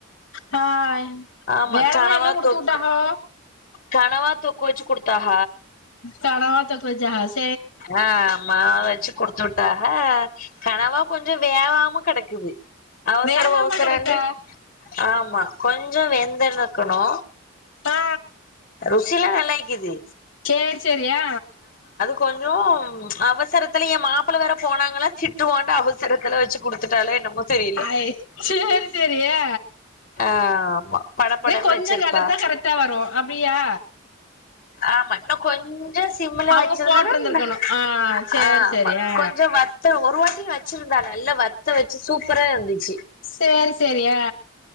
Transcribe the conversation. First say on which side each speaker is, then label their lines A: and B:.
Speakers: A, on the left; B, on the left.
A: ஹாய்
B: ஆமா
A: வேறல்லா
B: கனவா
A: என்ன கொடுத்து
B: தொக்கு
A: விட்டாஹோ
B: கனவா தொக்கு வச்சு குடுத்தாஹ
A: கனவாத்தொக்கு வச்சா ஹஸ்
B: ஆ எம்ம நாளாச்சு குடுத்துட் டாக கனவா கொஞ்ச வேகாம கெடக்குது அவசர
A: வேகாம
B: அவசரந்து
A: கெடக்கா
B: ஆமா கொஞ்ச வெந்துனக்கணு
A: ஆ
B: ருசிலா நல்லா இக்கிது
A: சேரி சேரியா
B: கொஞ்சம் அவசரத்துல எ மாப்புள்ள வேற போனாங்களா திட்டுவான்டு அவசரத்துல வச்சு குடுத்துட்டாலோ என்னமோ தெரியல
A: ஐ சேரி சேரி ஏ
B: ஆமா படபடன்னு
A: கொஞ்சோ
B: வச்சிருப்பா
A: கடந்தா கரெக்டா வரு அப்டியா
B: ஆமா இன்னு கொஞ்சோ சிம்ல
A: அவுங்க
B: வச்சிருந்தோனா
A: போட்ருந்திருக்கணு
B: இன்னோ
A: ஆ சேரி
B: ஆமா
A: சேரி ஆ
B: கொஞ்சோ வத் த ஒரு வாட்டியு வச்சிருதா நல்லா வத்த வச்சு சூப்பரா இருந்துச்சு
A: சேரி சேரியா